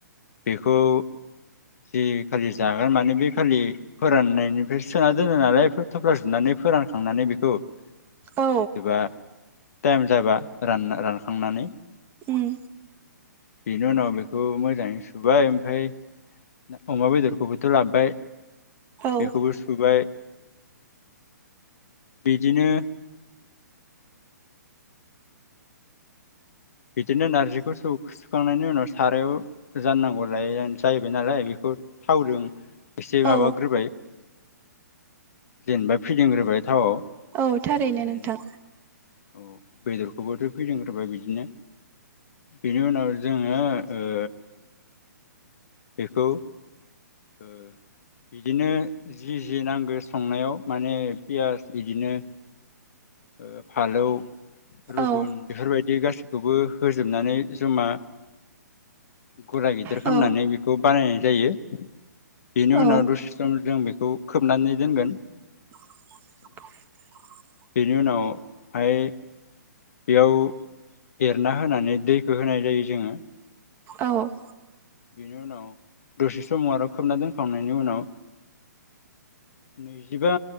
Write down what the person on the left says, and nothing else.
बेखौ जि खालि जागोन माने बे खालि फोराननायनिफ्राय सोना दोनो नालाय बे थफ्ला जुनानै फोरानखांनानै बेखौ
बिदिबा टाइम जाबा रानना रानखांनानै
बेनि उनाव बेखौ मोजाङै सुबाय ओमफ्राय अमा बेदरखौबोथ' लाबोबाय
बेखौबो सुबाय बिदिनो बिदिनो नारजिखौ सौ सुखांनायनि उनाव सारायाव जाननांगौ लाय जाहैबाय नालाय बेखौ थावजों एसे
माबाग्रोबाय जेनेबा फिदिंग्रोबाय थावआव
ओरैनो
औ बेदरखौबोथ' फैदिग्रोबाय बिदिनो बेनि उनाव जोङो ओ बेखौ ओ बिदिनो जि जि नांगो संनायाव माने पियास बिदिनो ओ फालौ रुगुन
बेफोरबायदि गासै खौबो होजोबनानै जमा गला गिदिर
खालामनानै बेखौ बानायनाय जायो बेनि
उनाव दसे सम जों बेखौ खोबनानै दोनगोन
बेनि उनावहाय बेयाव एरना होनानै दैखो होनाय जायो जोङो
बेनि उनाव दसे समाव आरो खोबना दोनखांनायनि उनाव नैजिबा